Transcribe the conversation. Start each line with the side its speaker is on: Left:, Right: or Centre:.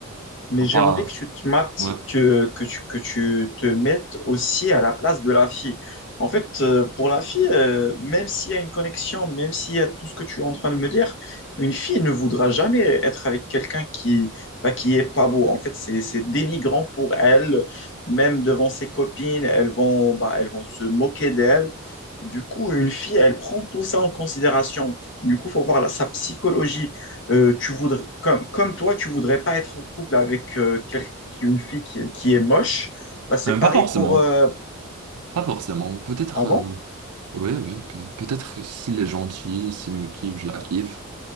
Left: Mais
Right: on
Left: j'ai
Right: partage,
Left: envie que tu te mates,
Right: ouais.
Left: que, que tu, que tu te mettes aussi à la place de la fille. En fait, euh, pour la fille, euh, même s'il y a une connexion, même s'il y a tout ce que tu es en train de me dire, une fille ne voudra jamais être avec quelqu'un qui, bah, qui est pas beau. En fait, c'est, c'est dénigrant pour elle, même devant ses copines, elles vont, bah, elles vont se moquer d'elle. Du coup, une fille, elle prend tout ça en considération. Du coup, faut voir la- sa psychologie euh, tu voudrais, comme, comme toi, tu voudrais pas être en couple avec euh, quel- une fille qui, est qui est moche, bah, c'est
Right: Même
Left: pareil
Right: pas forcément,
Left: pour... euh,
Right: pas forcément, peut-être,
Left: Ah
Right: euh,
Left: bon?
Right: oui, oui, pe- peut-être que s'il est gentil, s'il me kiffe, je la kiffe.